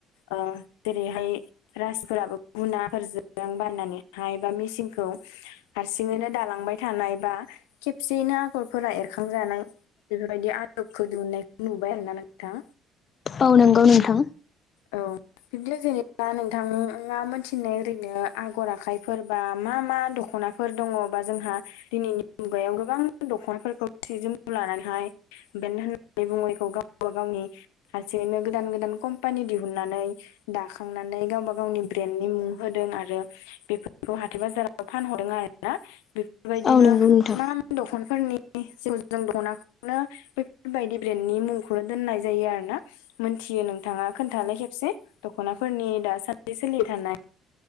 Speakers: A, on the left; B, on the left.
A: ओ जेरैहाय रासफोराबो गुनाफोर बाननानैहाय बा मिसिनखौ हारसिङौनो दां थानाय बा खेब खेबसेयैनो आगरफोरा एरखांजानाय बेफोरबायदि आदबखौ दिहुननायखौ नुबाय आरो ना नोंथां।
B: औ नंगौ नोंथां।
A: औ बिदिनो जेनेबा नोंथाङा मोनथिनाय ओरैनो आगर आखाय फोरबा मा मा दख'ना फोर दङ बा जोंहा दिनैनि मुगायाव गोबां दख'नाफोरखौ सि जोमखौ लानानैहाय बे होननानै बुंनायखौ गावबा गावनि हारसेैनो गोदान गोदान कम पानि दिहुननानै दाखांनानै गावबा गावनि ब्रेन्डनि मुं होदों आरो बेफोरखौ हाथाय बाजाराव फानहरदों आरोना बेफोरबायदिनो
B: औ नंगौ नोंथां
A: मा दख'नफोरनि जिउ ज दखनाखौनो बेफोरबायदि ब्रेन्डनि मुंखौनो दोननाय जायो आरो ना मोनथियो नोंथाङा खोन्थानाय खेबसे दख'नाफोरनि दा सानदि सोलिबाय थानाय